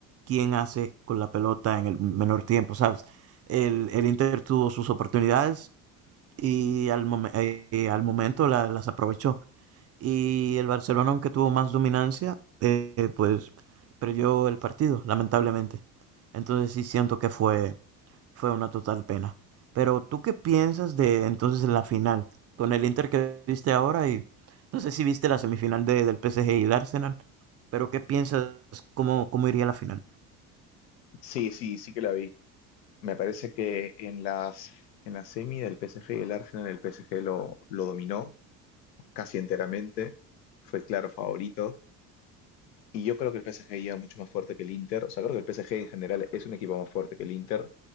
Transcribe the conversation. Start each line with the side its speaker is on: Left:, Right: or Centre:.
Right: quién hace con la pelota en el menor tiempo, ¿sabes? El, el Inter tuvo sus oportunidades y al, momen- eh, al momento la- las aprovechó. Y el Barcelona, aunque tuvo más dominancia, eh, pues perdió el partido, lamentablemente. Entonces sí siento que fue, fue una total pena. Pero ¿tú qué piensas de entonces la final? Con el Inter que viste ahora y no sé si viste la semifinal de, del PSG y el Arsenal, pero ¿qué piensas cómo, cómo iría la final?
Left: Sí, sí, sí que la vi. Me parece que en las en la semi del PSG y el Arsenal el PSG lo, lo dominó casi enteramente, fue claro favorito Y yo creo que el PSG llega mucho más fuerte que el Inter. O sea, creo que el PSG en general es un equipo más fuerte que el Inter.